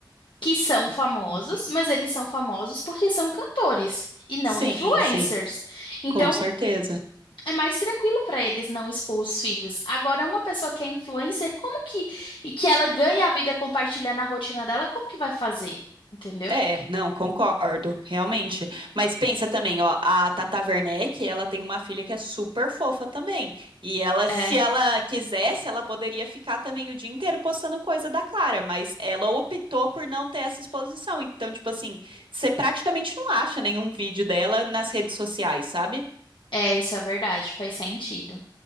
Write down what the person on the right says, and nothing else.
Uhum.
Sim,
sim,
com certeza.
É, não, concordo, realmente. Mas pensa também, ó, a Tata Werneck, ela tem uma filha que é super fofa também. E ela, se
ela quisesse, ela poderia ficar também o dia inteiro postando coisa da Clara, mas ela optou por não ter essa exposição. Então, tipo assim, você praticamente não acha nenhum vídeo dela nas redes sociais, sabe?